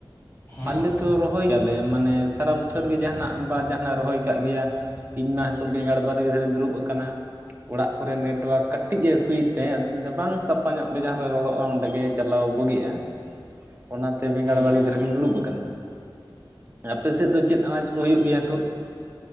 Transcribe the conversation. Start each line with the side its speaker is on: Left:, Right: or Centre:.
Left: ᱦᱮᱸ
Right: ᱟᱞᱮ ᱫᱚ ᱨᱚᱦᱚᱭᱟ ᱞᱮ ᱢᱟᱱᱮ ᱥᱟᱨᱟ ᱵᱚᱪᱷᱚᱨ ᱜᱮ ᱡᱟᱦᱟᱸ ᱱᱟᱜ ᱵᱟ ᱡᱟᱦᱟᱸ ᱱᱟᱜ ᱨᱚᱦᱚᱭ ᱠᱟᱜ ᱜᱮᱭᱟ ᱤᱧ ᱢᱟ ᱱᱤᱛᱚᱜ ᱵᱮᱸᱜᱟᱲ ᱫᱷᱟᱨᱮᱧ ᱫᱩᱲᱩᱵ ᱟᱠᱟᱱᱟ ᱚᱲᱟᱜ ᱠᱚᱨᱮ ᱱᱮᱴᱳᱣᱟᱨᱠ ᱠᱟᱹᱴᱤᱡᱼᱮ ᱤᱥᱩᱭᱮᱫ ᱛᱟᱦᱮᱸ ᱟᱫᱩᱧ ᱞᱟᱹᱭ ᱫᱟ ᱵᱟᱝ ᱥᱟᱯᱷᱟ ᱧᱚᱜ ᱜᱮ ᱡᱟᱦᱟᱸ ᱨᱮ ᱨᱚᱲᱚᱜᱼᱟ ᱚᱸᱰᱮ ᱜᱮ ᱪᱟᱞᱟᱣ ᱵᱩᱜᱮᱜᱼᱟ ᱚᱱᱟᱛᱮ ᱵᱮᱸᱜᱟᱲ
Left: ᱦᱮᱸ
Right: ᱵᱟᱹᱲᱜᱤ
Left: ᱦᱮᱸ
Right: ᱫᱷᱟᱨᱮᱜᱤᱧ ᱫᱩᱲᱩᱵ ᱟᱠᱟᱱᱟ ᱾ ᱟᱯᱮ ᱥᱮᱫ ᱫᱚ ᱪᱮᱫ ᱟᱱᱟᱡᱽ ᱠᱚ ᱦᱩᱭᱩᱜ ᱜᱮᱭᱟ ᱦᱮᱸᱛᱩᱜ